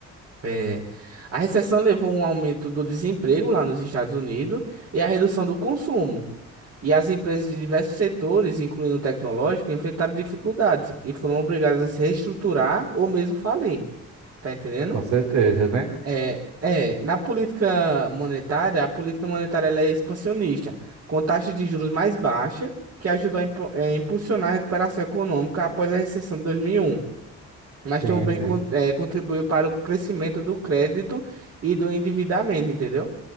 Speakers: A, on the right; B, on the right.
A: É, a recessão levou a um aumento do desemprego lá nos Estados Unidos e a redução do consumo. E as empresas de diversos setores, incluindo o tecnológico, enfrentaram dificuldades e foram obrigadas a se reestruturar ou mesmo falir. Tá entendendo?
B: Com certeza, né?
A: É, é, na política monetária, a política monetária ela é expansionista, com taxa de juros mais baixa, que ajudou a impu- é, impulsionar a recuperação econômica após a recessão de 2001 mas
B: Sim,
A: também
B: sim,
A: con- eh, contribuiu para o crescimento do crédito e do endividamento, entendeu?